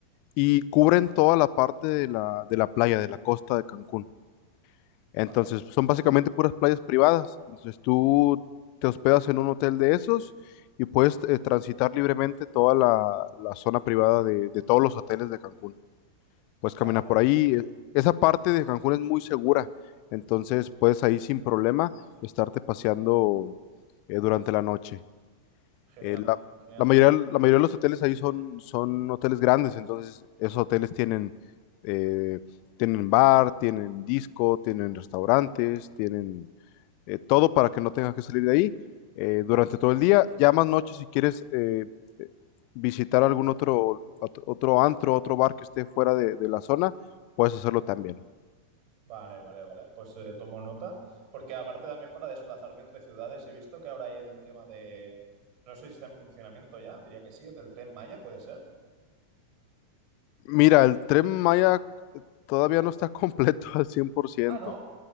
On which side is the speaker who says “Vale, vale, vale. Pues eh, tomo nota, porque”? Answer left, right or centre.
Right